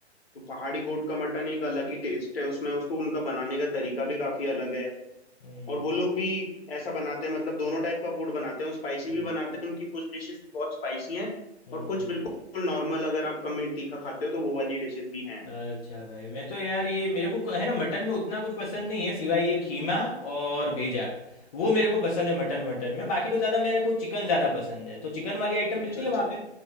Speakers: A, on the left; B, on the left.
A: तो पहाड़ी गोट का मटन एक अलग ही टेस्ट है उसमें उसको उनका बनाने का तरीका भी काफी अलग है
B: हम्म,
A: और वो लोग भी ऐसा बनाते हैं मतलब दोनों टाइप का फूड बनाते हैं वो स्पाइसी भी
B: हम्म,
A: बनाते हैं उनकी कुछ डिशेस बहुत स्पाइसी हैं
B: हम्म,
A: और कुछ बिल्कुल नॉर्मल अगर आप कम मिर्च तीखा खाते हो तो वो वाली डिशेस भी हैं
B: अच्छा भाई मैं तो यार ये मेरे को है ना मटन में उतना कुछ पसंद नहीं है सिवाय ये खीमा और भेजा वो मेरे को पसंद है मटन मटन में बाकी तो ज़्यादा मेरे को चिकन ज़्यादा पसंद है तो चिकन वाली आइटम
A: अच्छा
B: मिलती
A: अच्छा
B: है वहाँ पे